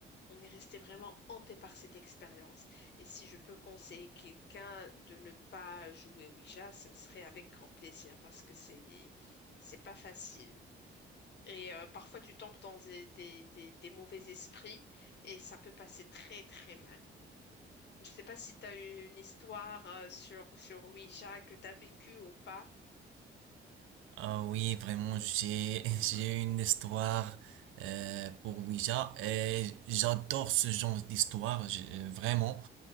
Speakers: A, on the left; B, on the right.
A: On est resté vraiment hanté par cette expérience. Et si je peux conseiller quelqu'un de ne pas jouer Ouija, ce serait avec grand plaisir parce que c'est c'est pas facile. Et euh, parfois, tu tombes dans des, des- des- des mauvais esprits et ça peut passer très, très mal. Je sais pas si tu as eu une histoire euh, sur, sur Ouija que tu as vécue ou pas.
B: Ah oui, vraiment, j'ai
A: Dis-moi.
B: <laughs> j'ai une histoire euh, pour Ouija et j'adore ce genre d'histoire, j'ai- euh, vraiment.